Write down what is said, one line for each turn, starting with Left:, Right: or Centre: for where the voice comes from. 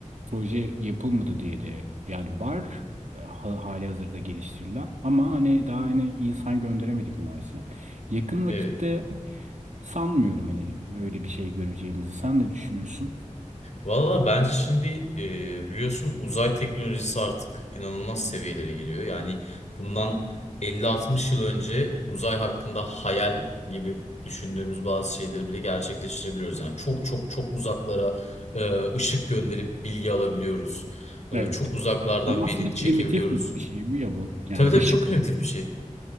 Right: proje yapılmadı diye de yani var e, ha, hali hazırda geliştirilen ama hani daha hani insan gönderemedik Mars'a. Yakın vakitte
Left: Evet.
Right: Sanmıyorum hani öyle bir şey göreceğimizi. Sen ne düşünüyorsun?
Left: Valla bence şimdi e, biliyorsun uzay teknolojisi artık inanılmaz seviyelere geliyor. Yani bundan 50-60 yıl önce uzay hakkında hayal gibi düşündüğümüz bazı şeyleri bile gerçekleştirebiliyoruz. Yani çok çok çok uzaklara e, ışık gönderip bilgi alabiliyoruz. E,
Right: Evet.
Left: çok uzaklardan
Right: Ama aslında
Left: veri çekebiliyoruz.
Right: primitif bir bir şey bu ya bu. Yani
Left: Tabii tabii
Right: ışık.
Left: çok primitif bir şey.